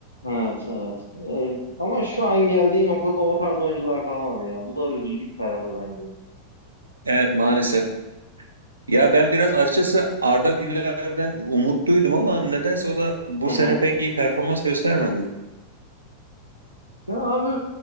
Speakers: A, on the left; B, on the right.
A: Evet, evet. Ee, ama şu an geldiği noktada o tarz oyuncular kalmadı ya. Bu da üzücü bir tarafı bence.
B: Evet maalesef. Ya ben biraz açıkçası Arda Güler'den umutluydum ama nedense o da bu
A: Hı
B: sene
A: hı.
B: pek iyi performans göstermedi.
A: Ya abi